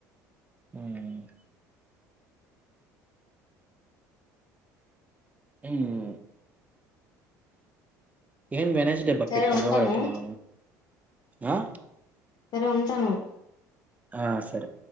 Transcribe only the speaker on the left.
సరే
ఉంటాను
సరే ఉంటాను.